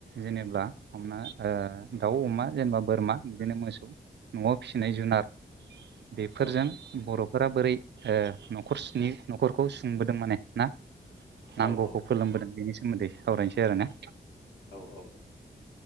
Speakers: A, on the right; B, on the left.
A: जेनेबा हमना ओ दाउ अमा जेनेबा बोरमा बिदिनो मोसौ न'आव फिसिनाय जुनार बेफोरजों
B: औ
A: बर'फोरा बोरै ओ न'खर सनि न'खरखौ सुंबोदों माने ना
B: औ
A: नांगौखौ
B: औ
A: फोलोमबोदों बेनि सोमोन्दै सावरायनोसै आरो ना
B: औ औ औ